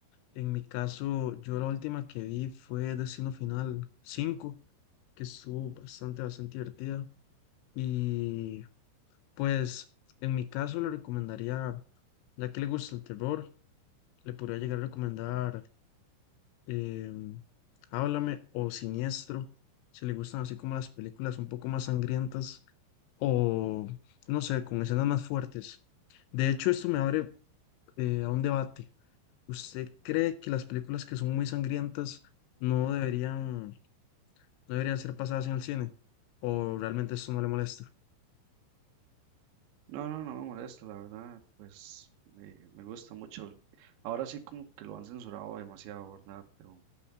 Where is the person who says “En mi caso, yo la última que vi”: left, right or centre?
Left